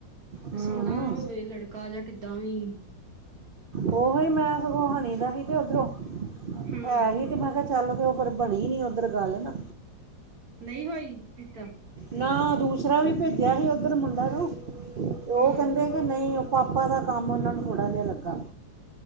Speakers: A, on the right; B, on the right.
A: ਹੂੰ
B: ਸੋਹਣਾ ਹੋਵੇ ਲੜਕਾ ਜਾਂ ਕਿੱਦਾਂ ਵੀ
A: ਓਹੀ ਮੈਂ ਸਗੋਂ ਹਨਣੀ ਦਾ ਹੀ ਤੇ ਉਓਧਰੋਂ
B: ਹੂੰ
A: ਹੈ ਇਹ ਤਾਂ ਮੈਂ ਕਿਹਾ ਚੱਲੋ ਪਰ ਬਣੀ ਨਹੀਂ ਉੱਧਰ ਗੱਲ ਨਾ
B: ਨਹੀਂ ਹੋਈ ਰਿਤਾ
A: ਨਾ ਦੂਸਰਾ ਵੀ ਭੇਜਿਆ ਸੀ ਉੱਧਰ ਮੁੰਡਾ ਨੂੰ
B: ਹੂੰ
A: ਉਹ ਕਹਿੰਦੇ ਕਿ ਨਹੀਂ ਪਾਪਾ ਦਾ ਕੰਮ ਉਹਨਾਂ ਨੂੰ ਥੋੜ੍ਹਾ ਜਿਹਾ ਲੱਗਾ।